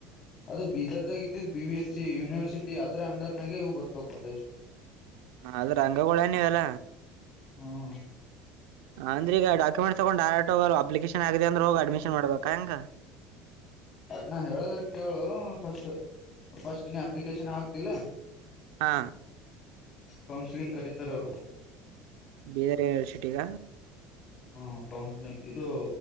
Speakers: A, on the left; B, on the right.
A: ಅದು ಬೀದರ್ದಾಗ ಇದ್ದ್ B V S C university ಅದ್ರ ಅಂಡರ್ನಾಗೆವು ಬರ್ತಾವ್ ಕಾಲೇಜ್.
B: ಅದ ರಂಗಗೂಳೇನ್ನೀವೆಲ್ಲ.
A: ಹ್ಮ್.
B: ಅಂದ್ರೀಗ ಡಾಕ್ಯುಮೆಂಟ್ಸ್ ತೊಗೊಂಡ ಡರೆಕ್ಟ್ ಹೋಗ್ ಅಪ್ಲಿಕೇಶನ್ ಆಗಿದೆ ಅಂದ್ರ್ ಹೋಗ್ ಅಡ್ಮಿಷನ್ ಮಾಡಬೇಕಾಂಗ.
A: ನಾ ಹೇಳದರ ಕೇಳು ಫಸ್ಟ್ ಫಸ್ಟ್ ನೀ ಅಪ್ಲಿಕೇಶನ್ ಆಗ್ತಿಲ್ಲ.
B: ಹಾ.
A: ಕೌನ್ಸಿಲಿಂಗ್ ಕರಿತ್ತಾರೆ ಅವರು.
B: ಬೀದರ್ ಯೂನಿವರ್ಸಿಟಿಗ.
A: ಹ್ಮ ಕೌನ್ಸ್ಲಿಂಗ್ ಇದು